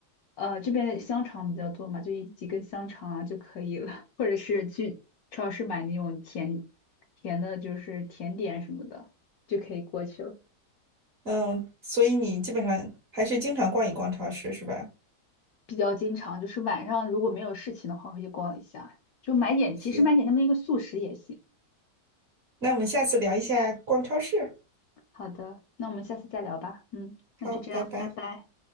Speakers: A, on the left; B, on the right.
A: 呃，这边的香肠比较多嘛，就一几根香肠啊就可以了，<laughs> 或者是去超市买那种甜甜的，就是甜点什么的就可以过去了。
B: 嗯，所以你基本上还是经常逛一逛超市是吧？
A: 比较经常就是晚上如果没有事情的话，会去逛一下，就买点，
B: 行，
A: 其实买点他们那个速食也行。
B: 那我们下次聊一下逛超市。
A: <laughs> 好的，那我们下次再聊吧。嗯，
B: 好，
A: 那就这样，
B: 拜拜。
A: 拜拜。